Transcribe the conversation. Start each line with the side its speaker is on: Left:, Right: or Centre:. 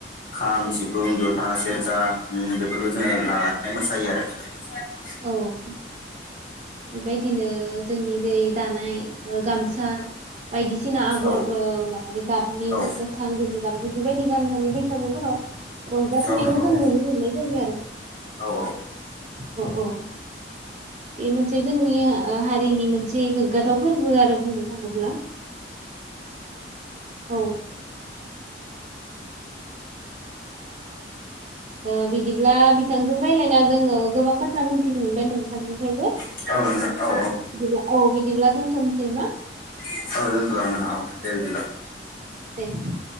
Left: खाम
Right: औ
Left: सिफुं
Right: औ
Left: जथा सेरजा। उम बेेफोर जोङो लानानै मोसायो आरो।
Right: औ औ बेबायदिनो जोंनि जेरै दानाय ओ गामसा बायदिसिना आगर
Left: औ
Right: ओ माबानि गाबनि
Left: औ
Right: गोथां गोमो गाबनि बेबायदि गाननानै बैसागोफोराव रंजा फुनायखौ
Left: औ नंगौ
Right: जों
Left: औ
Right: नुनो मोनदों। होयो आरो।
Left: औ
Right: अ औ बे मोनसे जोंनि हारिनि मोनसे गोग्गाथाव फोरबो आरो बुंनो थाङोब्ला। औ ओ बिदिब्ला बिथांजों रायज्लायना जोङो गोबां बाथ्रा मिन्थिनो मोनबाय नोंथांनिफ्रायबो
Left: औ औ
Right: बिदिब्ला औ बिदिब्ला दोनथनोसै नामा
Left: दोनथ' जागोन नोंथां औ दे बिदिब्ला
Right: दे दे।